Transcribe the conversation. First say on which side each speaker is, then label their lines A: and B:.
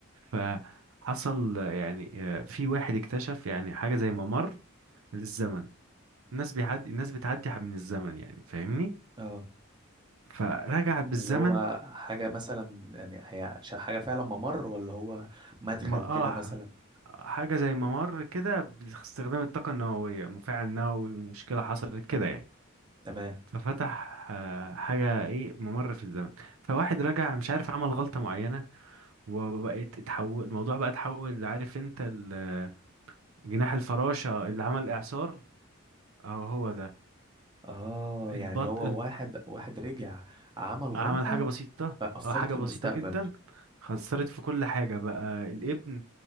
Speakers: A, on the right (about 70°); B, on the right (about 20°).
A: فحصل يعني آه، في واحد اكتشف يعني حاجة زي ممر للزمن الناس بيعدي الناس بتعدي من الزمن يعني فاهمني
B: اه
A: فرجعت بالزمن
B: اللي هو حاجة مثلا يعني هي ش- حاجة فعلا ممر ولا هو مدخل
A: ما
B: كده
A: اه
B: مثلا
A: حاجة زي ممر كده باستخدام الطاقة النووية مفاعل نووي مشكلة حصلت كده يعني
B: تمام
A: ففتح آه، حاجة ايه ممر في الزمن فواحد رجع مش عارف عمل غلطة معينة وبقت اتحول الموضوع بقى اتحول عارف انت ال- جناح الفراشة اللي عمل اعصار اهو هو ده
B: اه
A: البط...
B: يعني هو واحد واحد رجع عمل غلطة
A: عمل حاجة بسيطة
B: فأثرت
A: اه حاجة
B: في
A: بسيطة
B: المستقبل
A: جدا خسرت في كل حاجة بقى الابن